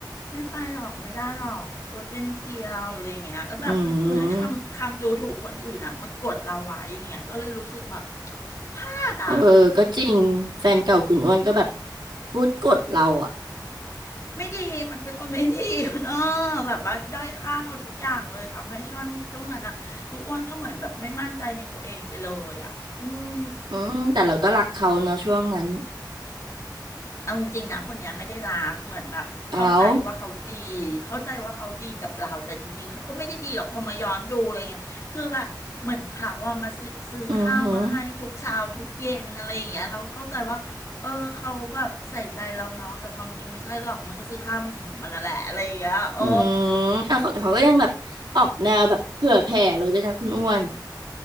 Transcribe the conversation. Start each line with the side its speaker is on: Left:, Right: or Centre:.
Left: ไม่ไปหรอกไม่ได้หรอกตัวเตี้ยนิดเดียวอะไรเงี้ยแล้วแบบคือให้คำคำดูถูกคนอื่นอ่ะมากดเราไว้อย่างเงี้ยก็เลยรู้สึกแบบ
Right: อืม
Left: พลาดอ่ะ
Right: เออก็จริงแฟนเก่าคุณอ้วนก็แบบพูดกดเราอ่ะ
Left: ไม่ดีมันเป็นคนไม่ดี <laughs> คุณเออแบบว่าด้อยค่าเราทุกอย่างเลยทำให้ช่วงช่วงนั้นนะคืออ้วนก็เหมือนแบบไม่มั่นใจในตัวเองไปเลยอ่ะอืม
Right: อืมแต่เราก็รักเขาเนาะช่วงนั้น
Left: เอาจริงๆนะคนเนี้ยไม่ได้รักเหมือนแบบเข้าใจว่าเขาดี
Right: เอา
Left: เข้าใจว่าเขาดีกับเราแต่จริงๆเขาก็ไม่ได้ดีหรอกพอมาย้อนดูอะไรเงี้ยคือแบบเหมือนเขาว่ามาซื้อซื้อข้าวมาให้ทุกเช้าทุกเย็นอะไรอย่างเงี้ยเราก็เข้าใจว่าเออเขาแบบใส่ใจเราเนาะแต่ความจริงไม่ใช่หรอกมันก็ซื้อข้าวมากินของมันนั่นแหละอะไรอย่างเงี้ยเออ
Right: อือหือ อืมอ่ะเขาแต่เขาก็ยังแบบออกแนวแบบเผื่อแผ่เลยด้วยนะคุณอ้วน